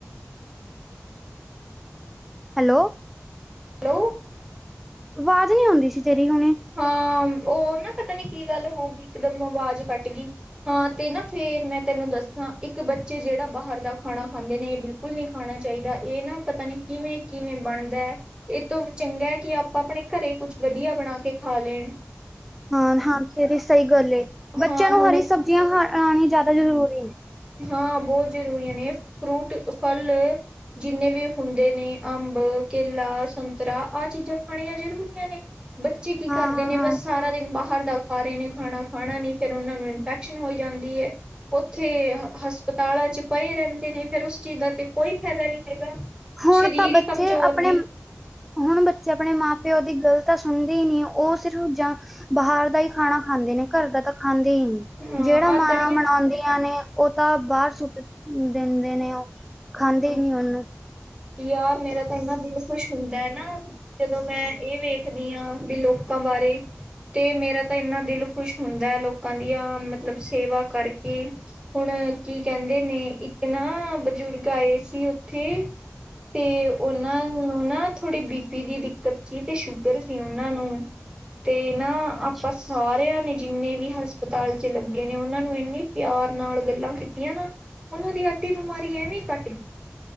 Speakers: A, in the centre; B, on the right (about 20°).
A: ਹੈਲੋ
B: ਹੈਲੋ
A: ਵਾਜ਼ ਨਹੀਂ ਆਉਂਦੀ ਸੀ ਤੇਰੀ ਹੁਣੇ
B: ਹਾਂ, ਓ ਨਾ ਪਤਾ ਨੀ ਕੀ ਗੱਲ ਹੋ ਗੀ ਇਕਦਮ ਆਵਾਜ਼ ਕੱਟ ਗੀ। ਹਾਂ ਤੇ ਨਾ ਫੇਰ ਮੈਂ ਤੈਨੂੰ ਦੱਸਾਂ ਇੱਕ ਬੱਚੇ ਜੇੜਾ ਬਾਹਰ ਦਾ ਖਾਣਾ ਖਾਂਦੇ ਨੇ ਏ ਬਿਲਕੁ ਬਿਲਕੁਲ ਨੀ ਖਾਣਾ ਚਾਈਦਾ ਏ ਨਾ ਪਤਾ ਨੀ ਕਿਵੇਂ-ਕਿਵੇਂ ਬਣਦੈ। ਇਹ ਤੋਂ ਵੀ ਚੰਗੈ ਕਿ ਆਪਾਂ ਅਪਣੇ ਘਰੇ ਕੁਛ ਵਧੀਆ ਬਣਾ ਕੇ ਖਾ ਲੇਣ।
A: ਹਾਂ ਹਾਂ, ਤੇਰੀ ਸਹੀ ਗੱਲ ਏ। ਬੱਚਿਆਂ
B: ਹਾਂ
A: ਨੂੰ
B: ਹੁਣ
A: ਹਰੀ ਸਬਜ਼ੀਆਂ ਖਾ ਆਣੀ ਜੈਦਾ ਜ਼ਰੂਰੀ ਨੇ।
B: ਹਾਂ, ਬੋਤ ਜ਼ਰੂਰੀ ਨੇ ਫਰੂਟ, ਫਲ ਏ ਜਿੰਨੇ ਵੀ ਹੁੰਦੇ ਨੇ ਅੰਬ, ਕੇਲਾ, ਸੰਤਰਾ ਆਹ ਚੀਜ਼ਾਂ ਖਾਣੀਆਂ ਜ਼ਰੂਰੀਆਂ ਨੇ। ਬੱਚੇ ਕੀ ਕਰਦੇ
A: ਹਾਂ-ਹਾਂ-ਹਾਂ,
B: ਨੇ ਬਸ ਸਾਰਾ ਦਿਨ ਬਾਹਰ ਦਾ ਖਾ ਰਏ ਨੇ ਖਾਣਾ ਖਾਣਾ ਨੀ ਫੇਰ ਓਨਾ ਨੂੰ ਇਨਫੈਕਸ਼ਨ ਹੋਈ ਜਾਂਦੀ ਏ। ਓਥੇ ਹਸਪਤਾਲਾਂ ਚ ਪਏ ਰੈੰਦੇ ਨੇ ਫੇਰ ਉਸ ਚੀਜ਼ ਦਾ ਤੇ ਕੋਈ ਫੈਦਾ ਨੀ ਹੈਗਾ।
A: ਹੁਣ
B: ਸਰੀਰ
A: ਤਾਂ ਬੱਚੇ
B: ਹੀ ਕਮਜ਼ੋਰ
A: ਅਪਣੇ
B: ਨੇ
A: ਹੁਣ ਬੱਚੇ ਅਪਣੇ ਮਾਂ-ਪਿਓ ਦੀ ਗੱਲ ਤਾਂ ਸੁਣਦੇ ਈ ਨੀ ਓ ਸਿਰਫ ਜਾਂ ਬਾਹਰ ਦਾ ਹੀ ਖਾਣਾ ਖਾਂਦੇ ਨੇ ਘਰ ਦਾ ਤਾਂ ਖਾਂਦੇ ਈ ਨੀ।
B: ਹਾਂ
A: ਜੇੜਾ ਮਾਂ
B: ਆਹ ਤਲੀਆਂ
A: ਬਣਾਉਂਦੀਆ ਨੇ ਓਹ ਤਾਂ ਬਾਰ ਸੁੱਟ ਦੇਦੇ ਨੇ ਓ। ਖਾਂਦੇ
B: ਹਾਂ
A: ਈ ਨੀ ਉਹਨੂੰ।
B: ਯਾਰ ਮੇਰਾ ਤਾਂ ਇੰਨਾ ਦਿਲ ਖੁਸ਼ ਹੁੰਦੈ ਨਾ ਜਦੋਂ ਮੈਂ ਏਹ ਵੇਖ ਦੀਆਂ ਬੀ ਲੋਕਾਂ ਬਾਰੇ ਤੇ ਮੇਰਾ ਤਾਂ ਇੰਨਾ ਦਿਲ ਖੁਸ਼ ਹੁੰਦੈ, ਲੋਕਾਂ ਦੀਆਂ ਮਤਲਬ ਸੇਵਾ ਕਰਕੇ। ਹੁਣ ਕੀ ਕਹਿੰਦੇ ਨੇ ਇੱਕ ਨਾ ਬਜ਼ੁਰਗ ਆਏ ਸੀ ਉਥੇ ਤੇ ਓਨਾਂ ਨੂੰ ਨਾ ਥੋੜ੍ਹੀ ਬੀ ਪੀ ਦੀ ਦਿੱਕਤ ਸੀ ਤੇ ਸ਼ੂਗਰ ਸੀ ਓਨਾਂ ਨੂੰ। ਤੇ ਨਾ
A: ਅੱਛਾ
B: ਆਪਾਂ ਸਾਰਿਆਂ ਨੇ ਜਿੰਨੇ ਵੀ ਹਸਪਤਾਲ 'ਚ ਲੱਗੇ ਨੇ ਓਨਾਂ ਨੂੰ ਇੰਨੀ ਪਿਆਰ ਨਾਲ ਗੱਲਾਂ ਕੀਤੀਆਂ ਨਾ ਓਨਾਂ ਦੀ ਅੱਧੀ ਬਿਮਾਰੀ ਐਵੇਂ ਈ ਕਟ ਗੀ।